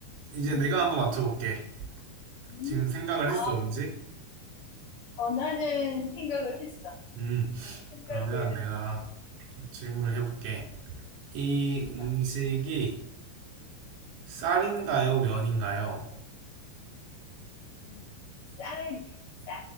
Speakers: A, on the right; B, on the left.
A: 이제
B: 음,
A: 내가 한번 맞춰볼게.
B: 음.
A: 지금 생각을
B: 아,
A: 했어, 왠지?
B: 어, 나는 생각을 했어.
A: 음.
B: 생각을,
A: 그러면 내가 질문을 해볼게. 이
B: 음,
A: 음식이 쌀인가요, 면인가요?
B: 음, 쌀이, 쌀.